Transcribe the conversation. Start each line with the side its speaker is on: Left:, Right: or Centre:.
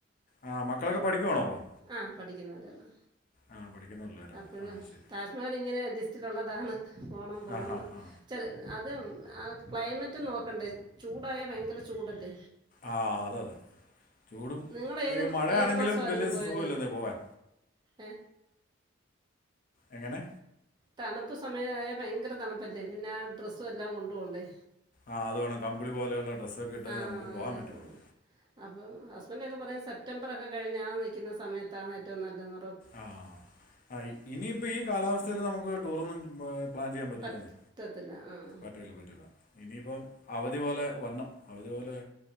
Left: ആ മക്കളൊക്കെ പഠിക്കുവാണോ അപ്പോൾ
Right: ആ പഠിക്കുന്നവരാണ്
Left: ആ പഠിക്കുന്ന പിള്ളേരാണ്
Right: അപ്പോഴും
Left: ആ ശരി
Right: താജ്മഹൽ ഇങ്ങനെ ലിസ്റ്റിലള്ളതാണ് പോണം പോണന്ന്
Left: ആ ഹാ ആ
Right: ചെ അത് ആ ക്ലൈമറ്റ് നോക്കണ്ടേ ചൂടായ ഭയങ്കര ചൂടത്
Left: ആ അത അതെ ചൂടും
Right: നിങ്ങൾ ഏത്
Left: മഴയാണെങ്കിലും
Right: ഏത് മാസമായിരുന്നു
Left: വലിയ
Right: പോയത്
Left: സുഖമില്ലന്നീ പോവാൻ
Right: ഏ
Left: എങ്ങനെ
Right: തണുപ്പ് സമയ ആയാ ഭയങ്കര തണുപ്പല്ലേ പിന്നെ ആ ഡ്രസ്സും എല്ലാം കൊണ്ടു പോണ്ടേ
Left: ആ അത് വേണം കമ്പിളി പോലെയുള്ള ഡ്രസ്സ ഒക്കെ ഇട്ട്
Right: ആ
Left: നമുക്ക്
Right: അങ്ങനെയൊക്കെ
Left: പോകാൻ പറ്റുള്ളു
Right: വേണം അപ്പം ഹസ്ബൻഡ് ഒക്കെ പറയും സെപ്റ്റംബർ ഒക്കെ കഴിഞ്ഞാൽ നിൽുന്ന സയത്താണ് ഏറ്റവും നല്ലതെന്ന് പറുന്നത്
Left: ആ ആ ഇനിയിപ്പ ഈ കാലാവസ്ഥൽ നമുക്ക് ടൂർ ഒന്നും പ്ലാൻ ചെയ്യാൻ പറ്റൂലാന്ന്
Right: പറ്റത്തില്ല ആ
Left: പറ്റല പറ്റില്ല ഇനിയിപ്പം അവധി പോലെ വരനം അവധി പോലെ